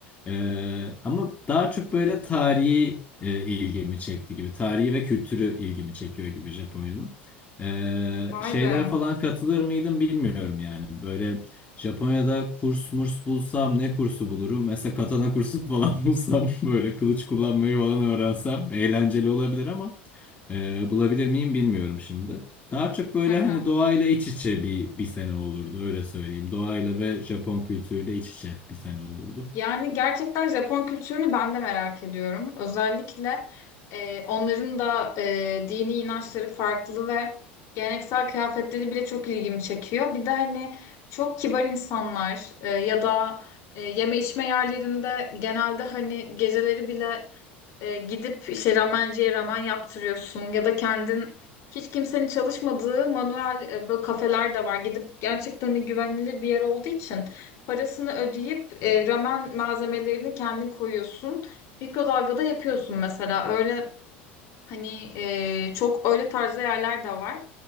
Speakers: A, on the left; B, on the left.
A: Ee, ama daha çok böyle tarihi e, ilgimi çekti gibi. Tarihi ve kültürü ilgimi çekiyor gibi Japonya'nın. E,
B: Vay
A: şeylere
B: be.
A: falan
B: <laughs>
A: katılır mıydım bilmiyorum yani. Böyle Japonya'da kurs murs bulsam ne kursu bulurum? Mesela katana kursu falan <laughs> bulsam böyle kılıç kullanmayı falan öğrensem eğlenceli olabilir ama e, bulabilir miyim bilmiyorum şimdi. Daha çok böyle
B: Hı hı.
A: hani doğayla iç içe bir, bir sene olurdu öyle söyleyeyim. Doğayla ve Japon kültürüyle iç içe bir sene olurdu.
B: Yani gerçekten Japon kültürünü ben de merak ediyorum. Özellikle e, onların da e, dini inançları farklı ve geleneksel kıyafetleri bile çok ilgimi çekiyor. Bir de hani çok kibar insanlar e, ya da e, yeme içme yerlerinde genelde hani geceleri bile E, gidip işte ramenciye ramen yaptırıyorsun ya da kendin hiç kimsenin çalışmadığı manuel e, böyle kafeler de var. Gidip gerçekten de güvenilir bir yer olduğu için parasını ödeyip e, ramen malzemelerini kendin koyuyorsun. Mikrodalgada yapıyorsun mesela. Öyle Hani e, çok öyle tarzda yerler de var.